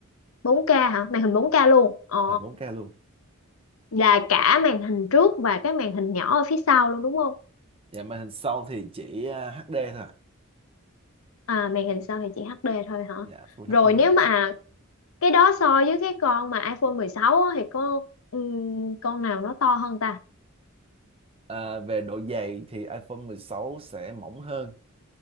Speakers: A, on the left (about 75°); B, on the right (about 25°).
A: bốn k hả? Màn hình bốn k luôn. Ồ,
B: màn hình 4K luôn
A: là cả màn hình trước và cái màn hình nhỏ ở phía sau luôn đúng không?
B: dạ màn hình sau thì chỉ à, HD thôi ạ
A: À màn hình sau thì chỉ HD thôi hả?
B: dạ Full
A: Rồi
B: HD
A: nếu mà cái đó so với cái con mà iPhone 16 á, thì có ừm, con nào nó to hơn ta
B: à, về độ dày thì iPhone 16 sẽ mỏng hơn